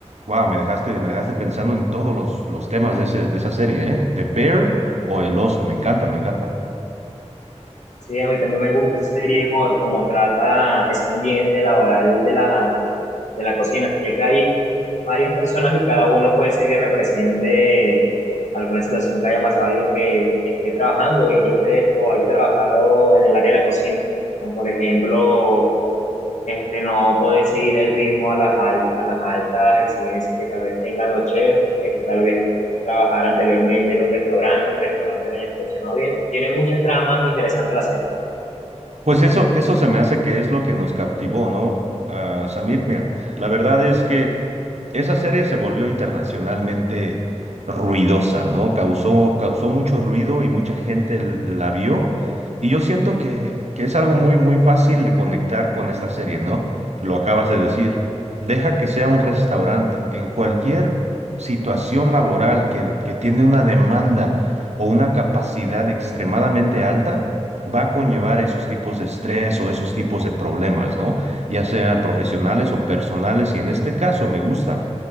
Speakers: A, on the right; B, on the left.
A: wow, me dejaste, me dejaste pensando en todos los, los temas de ese, de esa serie, ¿eh? The Bear o El Oso, me encanta, me encanta.
B: Sí, a mí también me gusta esa serie por cómo trata ese ambiente laboral de la, de la cocina, ya que hay varios personas y cada uno puede ser que represente alguna situación que haya pasado alguien que esté trabajando, incluso o haya trabajado en el área de la cocina, como por ejemplo, este, no poder seguir el ritmo a las, al- a las altas exigencias que tal vez tengan los chefs, este, tal vez trabajar anteriormente en un restaurante, el restaurante no haya funcionado bien. Tiene muchas tramas interesantes la serie.
A: Pues eso, eso se me hace que es lo que nos captivó, ¿no? Ah, Samir, mira, la verdad es que esa serie se volvió internacionalmente ruidosa, ¿no? Causó, causó mucho ruido y mucha gente l- la vio. Y yo siento que, que es algo muy, muy fácil de conectar con esta serie, ¿no? Lo acabas de decir. Deja que sea un restaurante. En cualquier situación laboral que, que tiene una demanda o una capacidad extremadamente alta, va a conllevar esos tipos de estrés o esos tipos de problemas, ¿no? Ya sean profesionales o personales, y en este caso me gusta